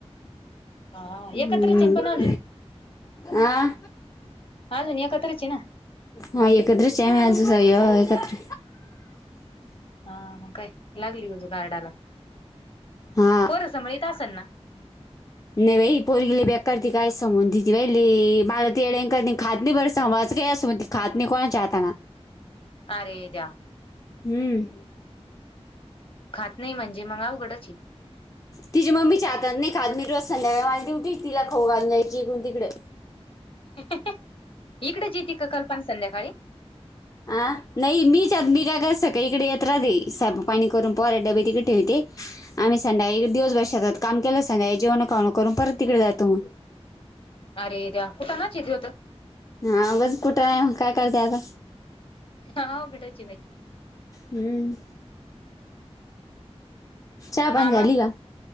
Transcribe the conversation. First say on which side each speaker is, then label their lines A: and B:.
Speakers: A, on the left; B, on the left.
A: हा
B: हम्म
A: एकत्रच येन पण अजून
B: आ
A: अजून एकत्रची ये ना
B: हा एककते चेम्याजुस अयो एककत
A: हा मग काय लागली बाजू कार्डाला
B: हा
A: पोरसमळीत असल ना?
B: नाही बाई पोरगिले बेकार ती काय समोन देती बाई मला तेंकर खात नाही बर समचं काय असं <unintelligible> खात नाही कोणच्या हातान.
A: अरे देवा.
B: हम्म.
A: खात नाही म्हणजे मग अवघडच आहे.
B: तिच्यि मम्मीच्या हाताने नाही खात मी रोज संध्याकाळ आणि दिवटी तिला खाऊ घालायची तिला पकडुन, तिकडे.
A: इकडेच येती का कल्पना संध्याकाळी?
B: ह नाही मीच आग बी काय कारते सकाळी इकडे येत राहते स्वयंपाक पाणी करून पोराचे डबे तिकडे ठेविते आम्ही संध्या दिवसभर शेतात काम केलं संध्याळी जेवण खावण करून परत तिकडे जातो मग.
A: अरे देवा कुटानाच हाय तो तर.
B: हा बस कुटाना आहे मग काय करते आता.
A: हा आवघडच हे बाई.
B: हम्म, चहा
A: आणि मामा
B: पण झाली का?